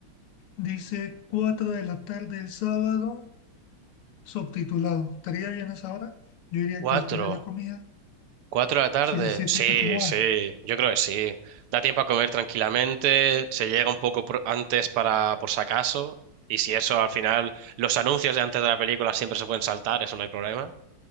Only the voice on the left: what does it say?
dice 4 de la tarde el sábado, subtitulado. ¿Estaría bien a esa hora? Yo diría
que después de la comida,
sí, sí, sí,
se te acomoda.